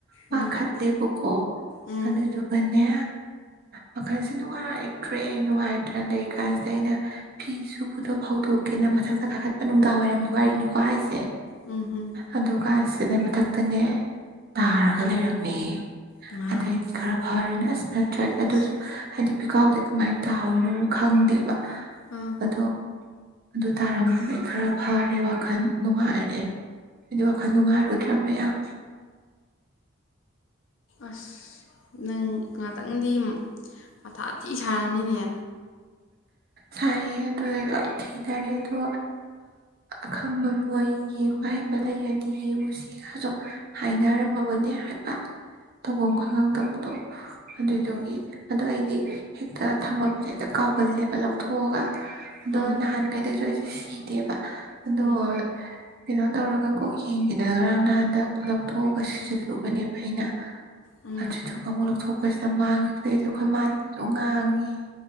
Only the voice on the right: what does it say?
ꯄꯥꯈꯠꯂꯦꯕꯀꯣ
ꯑꯗꯨꯗꯨꯒꯅꯦ ꯋꯥꯈꯜꯁꯦ ꯅꯨꯡꯉꯥꯏꯇ꯭ꯔꯦ ꯅꯨꯡꯉꯥꯏꯇ꯭ꯔ ꯂꯩꯔꯤꯀꯥꯟꯁꯤꯗ ꯑꯩꯅ ꯐꯤ ꯑꯗꯨꯕꯨꯗꯣ ꯐꯧꯗꯣꯛꯀꯦꯅ ꯃꯊꯛꯇ ꯀꯥꯈꯠꯄ ꯅꯨꯡꯗꯥꯡ ꯋꯥꯏꯔꯝꯒꯤ ꯋꯥꯔꯤꯅꯤꯀꯣ ꯍꯥꯏꯁꯦ
ꯑꯗꯨ ꯀꯥꯏꯁꯤ ꯁꯤꯗꯩ ꯃꯊꯛꯇꯅꯦ ꯇꯥꯔꯒ
ꯂꯩꯔꯝꯃꯦ
ꯑꯗꯩꯗꯤ ꯈꯔ ꯐꯔꯤꯅ ꯑꯁꯤ ꯅꯠꯇ꯭ꯔꯒ
ꯑꯗꯨꯁꯨ ꯍꯥꯏꯗꯤ ꯄꯤꯀꯥꯎꯗꯦ ꯀꯃꯥꯏꯅ ꯇꯥꯣꯏꯅꯣ ꯈꯪꯗꯦꯕ
ꯑꯗꯣ ꯑꯗꯨ ꯇꯥꯔꯝꯗꯨꯗꯤ ꯑꯩ ꯈꯔ ꯐꯔꯦ ꯋꯥꯈꯜ ꯅꯨꯡꯉꯥꯏꯔꯦ ꯍꯥꯏꯗꯤ ꯋꯥꯈꯜ ꯅꯨꯡꯉꯥꯏꯔꯨꯗ꯭ꯔꯕꯃꯦ ꯌꯥꯝ
ꯁꯥꯏꯌꯦ ꯑꯗꯨ ꯂꯣꯏ ꯊꯤꯊꯔꯦ ꯑꯗꯣ ꯑꯈꯪꯕ ꯃꯣꯏ ꯌꯦꯡꯕ ꯍꯥꯏꯩꯕ ꯂꯩꯔꯗꯤ ꯌꯦꯡꯉꯨꯁꯤꯒꯁꯨ ꯍꯥꯏꯅꯔꯝꯃꯕꯅꯦ ꯍꯥꯏꯕ ꯇꯧꯐꯝ ꯈꯪꯉꯛꯇꯕꯗꯣ ꯑꯗꯨꯏꯗꯨꯒꯤ
ꯑꯗꯨ ꯑꯩꯗꯤ ꯍꯦꯛꯇ ꯊꯝꯐꯝꯝꯁꯦ ꯍꯦꯛꯇ ꯀꯥꯎ ꯨꯜ ꯂꯦꯕ ꯂꯧꯊꯣꯛꯑꯒ ꯑꯗꯣ
ꯂꯍꯥꯟ ꯀꯩꯗꯦꯁꯨꯣꯏꯁ ꯁꯗꯦꯕ ꯑꯗꯨꯗꯣ
ꯀꯩꯅꯣ ꯇꯧꯔꯒ ꯀꯣꯛ ꯌꯦꯡꯈꯤꯗꯅ ꯉꯔꯥꯡ ꯅꯍꯥꯟꯗ ꯂꯧꯊꯣꯛꯑꯒ ꯁꯤꯖꯤꯜꯂꯨꯕꯅꯦꯕ ꯑꯩꯅ
ꯑ ꯆꯖꯄ ꯃꯂꯛ ꯊ ꯑꯩꯈꯣꯏ ꯁꯤꯗ ꯃꯥꯡꯈꯤꯕꯗꯩꯗꯤ ꯑꯩꯈꯣꯏ ꯃꯅꯁꯨ ꯉꯥꯡꯉꯤ